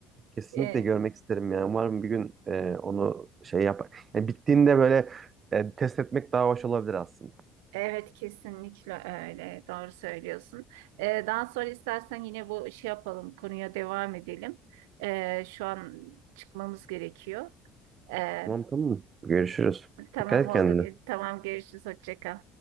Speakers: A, on the right; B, on the right.
A: Kesinlikle
B: E,
A: görmek isterim ya. Umarım bir gün e, onu şey yapar. Yani bittiğinde böyle e, test etmek daha hoş olabilir aslında.
B: evet kesinlikle öyle. Doğru söylüyorsun. E, daha sonra istersen yine bu şey yapalım. Konuya devam edelim. E, şu an çıkmamız gerekiyor. E,
A: Tamam tamam. Görüşürüz.
B: tamam
A: Dikkat et
B: oldu.
A: kendine.
B: Tamam görüşürüz. Hoşça kal.